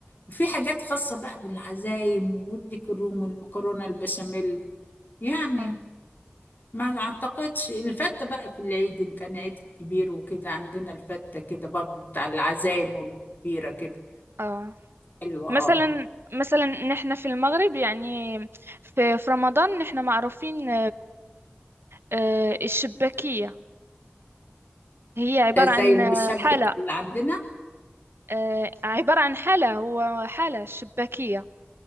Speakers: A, on the left; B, on the right.
A: وفي حاجات خاصة بقى بالعزايم والديك الروم والمكرونة البشاميل يعني
B: آه,
A: ما اعتقدش الفتة بقى في العيد ان كان عيد كبير وكده عندنا الفتة كده برضو بتاع العزايم والكبيرة كده
B: آه.
A: حلوة
B: مثلا
A: اه
B: مثلا نحن في المغرب يعني في, في رمضان نحن معروفين بالشباكية هي عبارة
A: ده زي
B: عن
A: المشبك
B: حالة
A: اللي عندنا
B: آه، عبارة عن حالة هو حالة شباكية